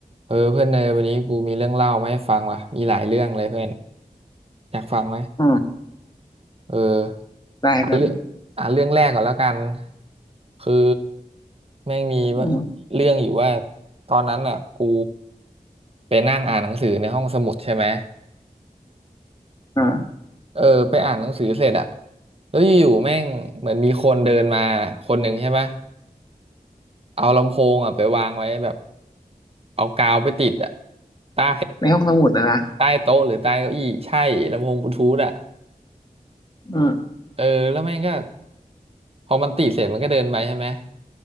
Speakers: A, on the right; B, on the left.
A: เออเพื่อนเนยวันนี้กูมีเรื่องเล่ามาให้ฟังว่ะมีหลายเรื่องเลยเพื่อนอยากฟังไหม
B: อืม
A: เออ
B: ได้แบบ
A: เอาเรื่องเอาเรื่องแรกก่อนแล้วกันคือแม่งมีว่าเรื่องอยู่ว่า
B: อืม
A: ตอนนั้นอ่ะกูไปนั่งอ่านหนังสือในห้องสมุดใช่ไหม
B: อ่า
A: เออไปอ่านหนังสือเสร็จอ่ะแล้วอยู่ๆแม่งเหมือนมีคนเดินมาคนหนึ่งใช่ปะเอาลำโพงอ่ะไปวางไว้แบบเอากาวไปติดอ่ะใต้
B: ในห้องสมุดอะนะ
A: ใต้โต๊ะหรือใต้เก้าอี้ใช่ลำโพงบลูทูธอ่ะ
B: อืม
A: เออแล้วแม่งก็พอมันติดเสร็จมันก็เดินไปใช่ไหม